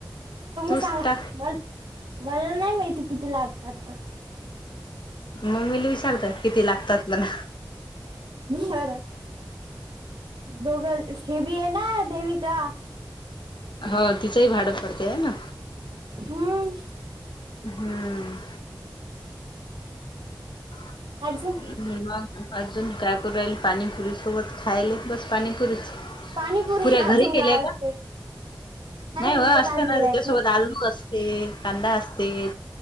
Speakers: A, on the right (about 80°); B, on the left (about 80°).
A: तुम्ही
B: तूच
A: सांगा
B: टाक
A: मला. मला नाही माहिती किती लागतात.
B: मम्मीले विचार किती लागतातला.
A: बरं दोघं ही बी आहे ना देवीका.
B: हो तिचंही भाडं पडते आहे ना.
A: हंम्म.
B: हम्म. <inaudible>
A: अजून.
B: मग अजून काय करू राहिली पाणीपुरीसोबत खायले कि बस पाणीपुरीच.
A: पाणीपुरी
B: पुर्या पुऱ्या
A: अजून
B: घरी केल्याय
A: काय असते
B: का नाही वा
A: विकत
B: असत
A: आणलेले
B: ना त्याच्यासोबत
A: आहेत
B: आलूक बस. ते कांदा असते.